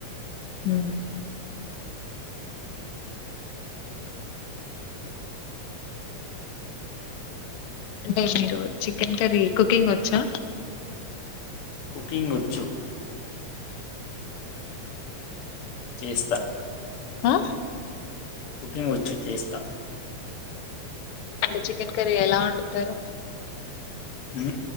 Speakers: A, on the left; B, on the left.
A: హ అంటే మీరు చికెన్ కర్రీ కుకింగ్ వచ్చా
B: కుకింగ్ వచ్చు చేస్తా
A: ఆ
B: కుకింగ్ వచ్చు చేస్తా
A: అంటే చికెన్ కర్రీ ఎలా వండుతారు
B: హ